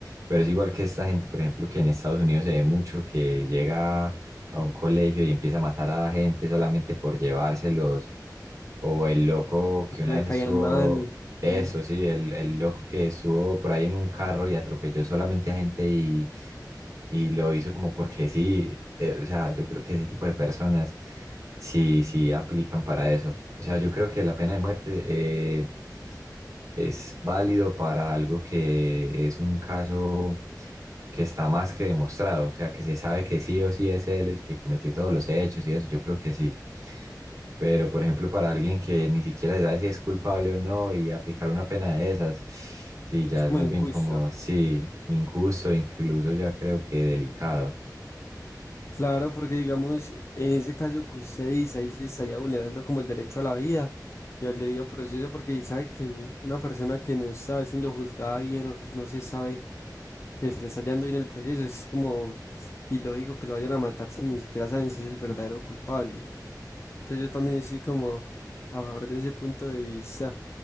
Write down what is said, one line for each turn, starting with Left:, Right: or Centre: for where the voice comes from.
Right: Pero es igual que esta gente, por ejemplo, que en Estados Unidos se ve mucho que llega a un colegio y empieza a matar a gente solamente por llevárselos. O el loco que
Left: porque
Right: una
Left: le
Right: vez
Left: caían
Right: estuvo
Left: mal,
Right: eso
Left: ¿no?
Right: sí, el, el loco que estuvo por ahí en un carro y atropelló solamente a gente y, y lo hizo como porque sí, eh, o sea, yo creo que ese tipo de personas sí, sí aplican para eso. O sea, yo creo que la pena de muerte eh, es válido para algo que es un caso que está más que demostrado, o sea, que se sabe que sí o sí es él el que cometió todos los hechos y eso, yo creo que sí. Pero, por ejemplo, para alguien que ni siquiera sabe si es culpable o no y aplicar una pena de esas, sí, ya
Left: Es como
Right: es más
Left: injusto.
Right: bien como, sí, injusto, incluso ya creo que delicado.
Left: Claro, porque digamos, en ese caso que usted dice, ahí se estaría vulnerando como el derecho a la vida y al debido proceso, porque sabe que una persona que no está siendo juzgada bien, o no se sabe que se le está hallando hoy en el proceso. Es como ilógico que lo vayan a matar si ni siquiera saben si es el verdadero culpable. Entonces yo también estoy como a favor de ese punto de vista.